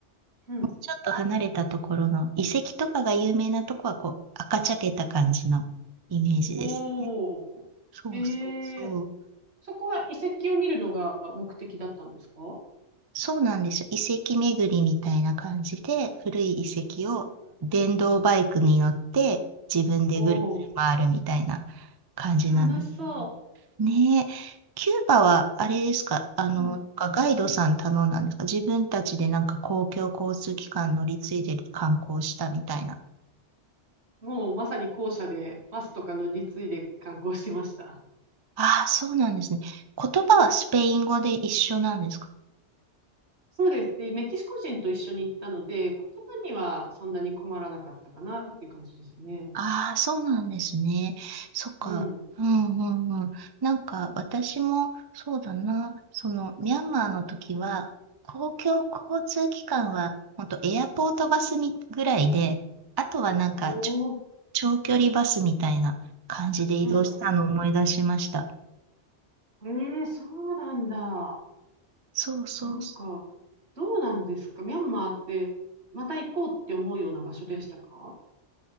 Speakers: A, on the right; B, on the right.
A: うん。
B: うちょっと離れたところの遺跡とかが有名なとこはこう赤茶けた感じのイメージですね。
A: おー。
B: そうそうそう。
A: ええそこは遺跡を見るのが目的だったんですか
B: そうなんですよ。遺跡巡りみたいな感じで、古い遺跡を電動バイクに乗って自分でぐるぐる回るみたいな
A: うんうん。おー、
B: 感じなんです
A: 楽しそう。
B: ね。ねえ、キューバはあれですか、あの、
A: うん。
B: ガイドさん頼んだんですか自分たちでなんか公共交通機関乗り継いで観光したみたいな。
A: もうまさに校舎でバスとか乗り継いで観光しました。
B: ああ、そうなんですね。言葉はスペイン語で一緒なんですか
A: そうです。で、メキシコ人と一緒に行ったので、言葉にはそんなに困らなかったかなっていう感じですね。
B: ああ、そうなんですね。そっか。
A: うん。
B: うんうんうん。なんか私もそうだな。そのミャンマーの時は公共交通機関は本当エアポートバスみぐらいで、あとはなんかちょ
A: おお。うん
B: 長距離バスみたいな感じで移動したのを思い出しました。
A: うんうん。ええそうなんだ。
B: そうそうそう。
A: なんか、どうなんですかミャンマーって、また行こうって思うような場所でしたか